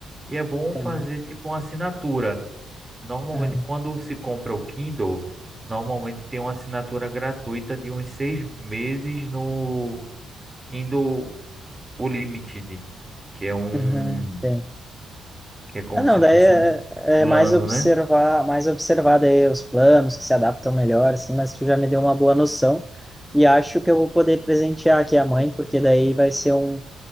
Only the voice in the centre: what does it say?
Sim.
Uhum.
Uhum, sim.
Ah, não,
daí
é,
é mais observar,
mais observar daí os planos que se adaptam melhor, assim, mas tu já me deu uma boa noção e acho que eu vou poder presentear aqui a mãe, porque daí vai ser um,